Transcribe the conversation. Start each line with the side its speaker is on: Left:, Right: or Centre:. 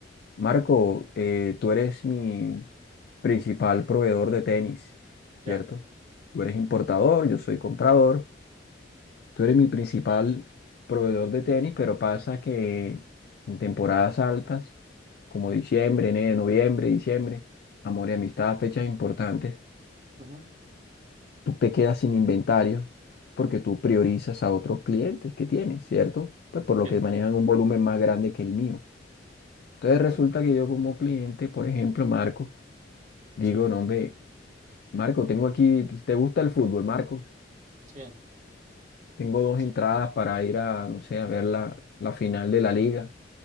Left: Marco, eh, tú eres mi principal proveedor de tenis, ¿cierto?
Right: ya.
Left: Tú eres importador, yo soy comprador. Tú eres mi principal proveedor de tenis, pero pasa que en temporadas altas, como diciembre, enero, noviembre, diciembre, amor y amistad, fechas importantes,
Right: ujú,
Left: tú te quedas sin inventario porque tú priorizas a otros clientes que tienes, ¿cierto? Pues por lo
Right: sí,
Left: que manejan un volumen más grande que el mío. Entonces
Right: ujú,
Left: resulta que yo como cliente, por ejemplo, Marco, Digo,
Right: sí,
Left: no, hombre, Marco, tengo aquí, ¿te gusta el fútbol, Marcos?
Right: sí,
Left: Tengo dos
Right: sí,
Left: entradas para ir a, no sé, a ver la, la final de la liga.